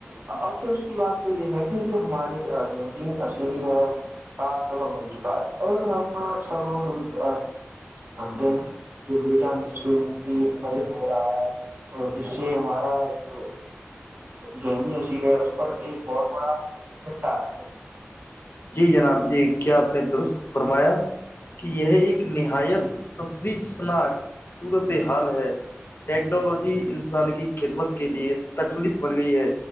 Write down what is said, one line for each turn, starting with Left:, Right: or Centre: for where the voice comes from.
Right: افسوس کی بات تو یہ ہے ک جو ہماری ذہنی اشری ہے کا سبب بن چکا ہے اور ہم سب روز دن جو بے چاند کی نظر ہو رہا ہے اور جس سے ہمارا جو ذہنی عشیر ہے اس پر ایک بہت بڑا ایفیکٹ آ رہا ہے
Left: جی جناب جی کیا آپ نے درست فرمایا کہ یہ ایک نہایت
Right: جی
Left: تصویر <unintelligible> نا صورت حال ہے ٹیکنالوجی انسان کی خدمت کے لیے تکلیف بن گئی ہے